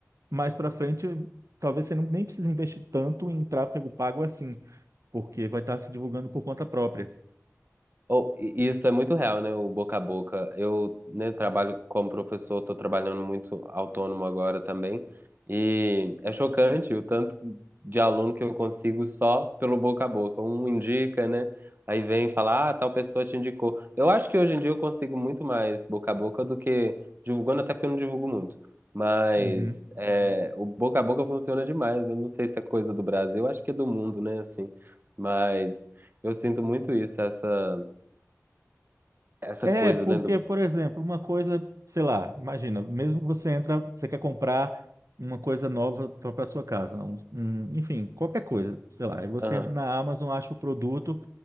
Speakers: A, on the right (about 75°); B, on the right (about 40°).
A: mais para frente, talvez você não- nem precise investir tanto em tráfego pago assim, porque vai estar se divulgando por conta própria.
B: Ou- e isso é muito real, né? O boca a boca. Eu, né, trabalho como professor, estou trabalhando muito autônomo agora também. E é chocante o tanto de aluno que eu consigo só pelo boca a boca. Um indica, né? Aí vem falar, ah, tal pessoa te indicou. Eu acho que hoje em dia eu consigo muito mais boca a boca do que divulgando, até porque eu não divulgo muito. Mas
A: Uhum.
B: é, o boca a boca funciona demais. Eu não sei se é coisa do Brasil, eu acho que é do mundo, né? Assim, mas eu sinto muito isso, essa. Essa
A: É,
B: coisa,
A: porque,
B: né? Do...
A: por exemplo, uma coisa, sei lá, imagina, mesmo você entra, você quer comprar uma coisa nova para sua casa, um- um- enfim, qualquer coisa, sei lá, e você
B: Aham.
A: entra na
B: <laughs>
A: Amazon, acha o produto,